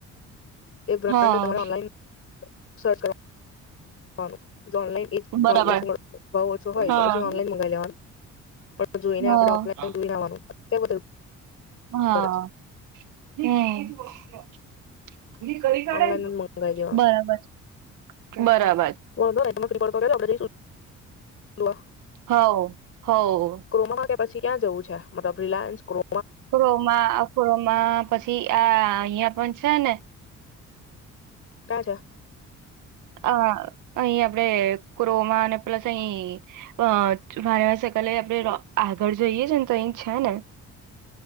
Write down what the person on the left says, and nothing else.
એ બ્રાન્ડ
તમારે ઓનલાઈન સર્ચ કરો વાનું, જો ઓનલાઇન એ જ
ભાવ ઓછો મળ ભાવ ઓછો હોય,
તો પછી ઓનલાઇન મંગાવી લેવાનું. પણ જોઈને
આપણે ઓફલાઈન જોઈને આવવાનું અત્યારે બધું
કરે છે
ઓનલાઈન
જ મંગાવી
વોંધો નઈ તમ ફ્રી પડો તો કેજો આપડે જઈશું. જોવા
ક્રોમામાં કે પછી ક્યાં જવું છે, મતલબ રિલાયન્સ, ક્રો
કાજા